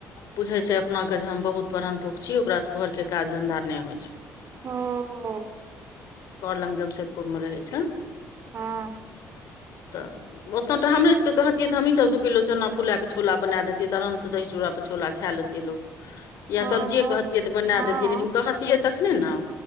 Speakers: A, on the left (about 75°); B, on the right (about 50°).
A: बुझै छै अपनाके जे, हम बहुत पढ़न्तुक छी, ओकरासँ घरके काज धन्धा नहि होइ छै।
B: ओऽ।
A: बर लग जमशेदपुर में रहै छै।
B: हँ
A: तऽ। ओतय तऽ हमरे सबके कहतिय तऽ हमी सब दू किलो चना फुला के छोला बना देतियै, तऽ आराम से दही चूड़ाे पर छोला खै लेतयै लोक या
B: हँ
A: सब्जी कहतियै तऽ बना
B: हँ
A: देतियै, लेकिन कहतियै तखने नऽ।